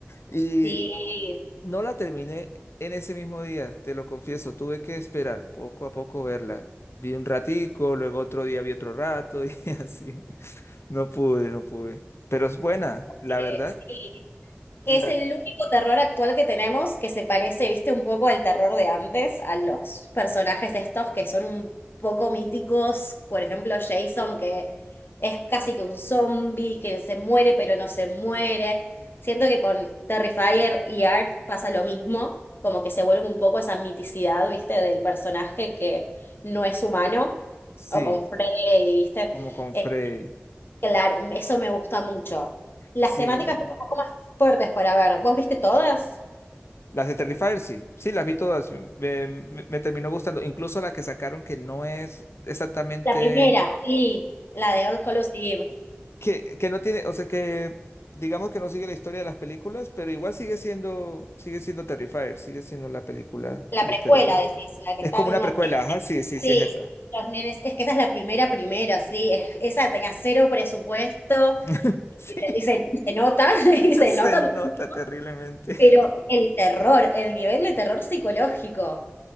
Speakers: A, on the left; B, on the left.
A: Y
B: Sí,
A: no la terminé en ese mismo día, te lo confieso, tuve que esperar poco a poco verla. Vi un ratico, luego otro día vi otro rato y <laughs> así. No pude, no pude. Pero es buena, la
B: eh,
A: verdad.
B: sí.
A: la-
B: Es el único terror actual que tenemos que se parece, viste, un poco al terror de antes, a los personajes estos que son un poco míticos, por ejemplo, Jason, que es casi que un zombie, que se muere pero no se muere. Siento que con Terrifier y Art pasa lo mismo, como que se vuelve un poco esa miticidad, viste, del personaje que no es humano,
A: Sí,
B: o con Freddy, viste.
A: como con
B: Eh,
A: Freddy.
B: Claro, eso me gusta mucho. Las
A: Sí,
B: temáticas son un poco más fuertes para ver. ¿Vos viste todas?
A: las de Terrifier, sí, sí, las vi todas, me, me- me terminó gustando, incluso la que sacaron que no es exactamente...
B: La primera, sí, la de All Hallows Eve.
A: que, que no tiene, o sea que digamos que no sigue la historia de las películas, pero igual sigue siendo, sigue siendo Terrifier, sigue siendo la película
B: La
A: de
B: precuela,
A: Terrifier.
B: decís, la que
A: Es
B: están
A: como
B: unos
A: una precuela,
B: nenes.
A: ajá, sí, sí,
B: Sí,
A: sí es esa.
B: los nenes. Es que esa es la primera, primera, sí. Es- esa tenía cero presupuesto
A: <laughs> Sí,
B: y, te- y se, y se nota, <laughs> y se
A: se
B: nota
A: nota
B: muchísimo.
A: terriblemente.
B: Pero
A: <laughs>
B: el terror, el nivel de terror psicológico.